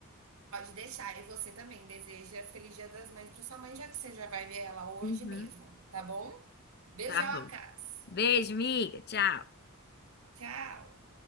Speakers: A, on the right (about 70°); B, on the left (about 45°).
A: Pode deixar, e você também deseja Feliz Dia das Mães para sua mãe, já que você já vai ver ela hoje
B: Uhum.
A: mesmo, tá bom? Beijocas.
B: Tá bom. Beijo, miga. Tchau.
A: Tchau.